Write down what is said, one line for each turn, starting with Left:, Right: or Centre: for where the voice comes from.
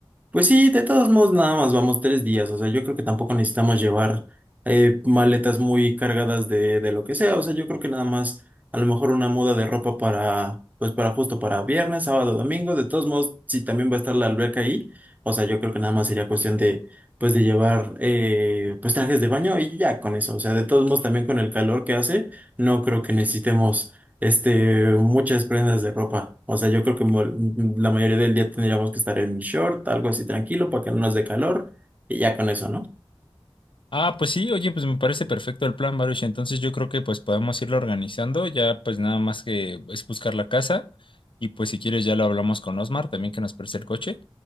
Right: Pues sí, de todos modos nada más vamos tres días, o sea, yo creo que tampoco necesitamos llevar eh, maletas muy cargadas de, de lo que sea, o sea, yo creo que nada más a lo mejor una muda de ropa para, pues para justo para viernes, sábado, domingo, de todos modos, si también va a estar la alberca ahí, o sea, yo creo que nada más sería cuestión de, pues de llevar, eh, pues trajes de baño y ya con eso, o sea, de todos modos también con el calor que hace, no creo que necesitemos este, muchas prendas de ropa. O sea, yo creo que mo- mm, la mayoría del día tendríamos que estar en short, algo así tranquilo, para que no nos dé calor, y ya con eso, ¿no?
Left: Ah, pues sí, oye, pues me parece perfecto el plan, Baruch. Entonces yo creo que pues podemos irlo organizando. Ya pues nada más que es buscar la casa. Y pues si quieres ya lo hablamos con Osmar también que nos preste el coche.